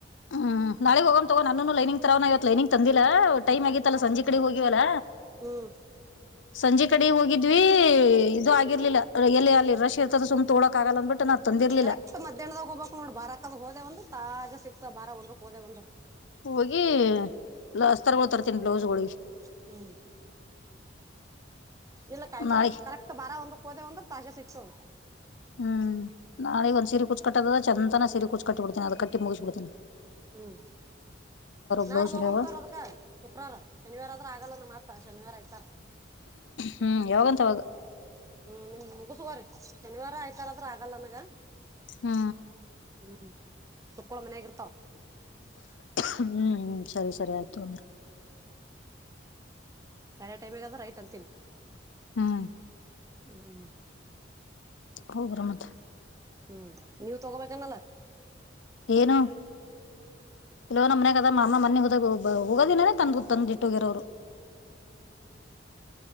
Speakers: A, on the left (about 75°); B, on the right (about 15°).
A: ಹ್ಮು ನಾಳಿಗ್ ಹೋಗೊನ್ ತಗೋ ನನ್ನನ್ನು ಲೈನಿಂಗ್ <unintelligible> ಲೈನಿಂಗ್. ತಂದಿಲ್ಲ ಟೈಮ್ ಆಗಿತ್ತಲ್ಲ ಸಂಜಿಕಡಿ ಹೋಗಿವಲ್ಲ.
B: ಹ್ಮ್
A: ಸಂಜಿಕಡಿ ಹೋಗಿದ್ವಿ ಇದು ಆಗಿರ್ಲಿಲ್ಲ ಎಲ್ಲಿ ಅಲ್ಲೆ ರಶ್ ಇರ್ತದೆ ಸುಮ್ ತಗಳೋಕ್ ಆಗಲ್ಲ ಅಂದ್ಬಿಟ್ಟು ನಾ ತಂದಿರ್ಲಿಲ್ಲ
B: ಕರೆಕ್ಟ್ ಮಧ್ಯಾಹ್ನದಾಗ ಹೋಗಬೇಕ್ ನೋಡ್ರ ಬಾರಾಕದ ಹೋದೆವ್ ಅಂದ್ರ ತಾಜಾ ಸಿಕ್ತಾವ್ ಬಾರಾ ಒಂದಕ್ ಹೋದೆವ್ ಅಂದ್ರ.
A: ಹೋಗಿ ಅಸ್ತರ್ಗಳ್ ತರ್ತನ್ ಬ್ಲೌಸ್ಗೊಳಿಗಿ.
B: ಹ್ಮು ಇಲ್ಲ ಕಾಯಿಪಲ್ಲೆ
A: ನಾಳೆ
B: ಕರೆಕ್ಟ್ ಬಾರಾ, ಒಂದಕ್ ಹೋದೆವ್ ಅಂದ್ರ ತಾಜಾ ಸಿಕ್ತಾವ್.
A: ಹ್ಮ್ ನಾ ಈ ಒಂದ ಸೀರೆ ಕುಚಟ್ಟೋದ ಚಂದನ ಸೀರೆ ಕುಚ್ ಕಟ್ಟಿಬ ಬಿಡ್ತೇ ಅದ ಕಟ್ಟ ಮುಗಿಸಿ ಬಿಡ್ತನಿ
B: ಹ್ಮ್
A: ಬ್ಲೌಸ್
B: ನಾಡ್ದ
A: ಹೊಲಿಯವ
B: ಹೋಗಂಬತಾರ ಅದ್ಕ ಶುಕ್ರಾರ ಶನಿವಾರ ಆದ್ರ ಆಗಲ್ಲ ನಮ್ಮ ಮಾತ್ತ ಶನಿವಾರ ಆಯ್ತಾರ
A: ಹ್ಮ್ ಹೊಗಂತಾವಾಗ
B: ಹ್ಮ್ ನಿಮ ಮುಗ ಸುಮಾರ ಶನಿವಾರ ಆಯ್ತಾರ ಆದ್ರ ಆಗಲ್ಲ ನನಗ
A: ಹ್ಮ
B: ಹ್ಮ್ ಚುಕ್ಕಳ ಮನ್ಯಾಗ ಇರ್ತಾವ
A: ಹ್ಮ್ ಹ್ಮ್ ಸರಿ ಸರಿ ಆಯ್ತು ಅಂದ್ರೆ
B: ನಳೆ ಟೈಮಗ ಅ ಆದ್ರೆ ರೈಟ್ ಅಂತೀನಿ
A: ಹ್ಮ್
B: ಹ್ಮ್
A: ಹೋಗ್ಬರಂ ಮತ್ತೆ
B: ಹ್ಮ್ ನೀವ ತಗೋಬೇಕನಲ್ಲ
A: ಏನು ಇಲವ ನ ಮನೆಯಾಗದ ಅಮ್ಮ ಮನೆ ಹೋದಾಗ ಹೋಗೋದಿನನನೆ ತಂದ ಗ ತಂದಿಟ್ಟೋಗಿರ ಅವರು